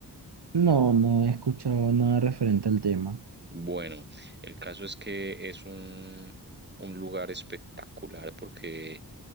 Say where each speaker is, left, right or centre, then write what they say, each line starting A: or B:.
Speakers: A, on the right; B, on the right.
A: No, no he escuchado nada referente al tema.
B: Bueno, el caso es que es un, un lugar espectacular porque